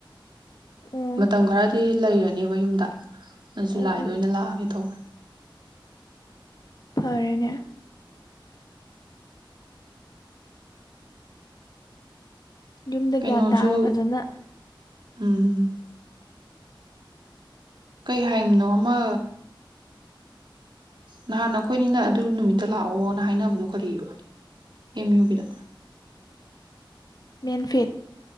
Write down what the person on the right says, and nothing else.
ꯃꯇꯝ ꯈꯔꯗꯤ ꯂꯩꯔꯅꯦꯕ ꯌꯨꯝꯗ ꯑꯗꯨꯁꯨ
ꯂꯥꯛꯏꯗ
ꯑꯣꯏꯅ ꯂꯥꯛꯑꯒꯦ ꯇꯧꯕꯅꯦ
ꯀꯩꯅꯣꯁꯨ
ꯎꯝ ꯀꯩ ꯍꯥꯏꯕꯅꯣ ꯑꯃ ꯅꯍꯥꯟ ꯑꯩꯈꯣꯏꯅꯤꯅ ꯑꯗꯨ ꯅꯨꯃꯤꯠꯇ ꯂꯥꯛꯑꯣꯅ ꯍꯥꯏꯅꯕꯗꯣ ꯀꯔꯤꯕ ꯑꯦꯝ ꯌꯨꯒꯤꯗ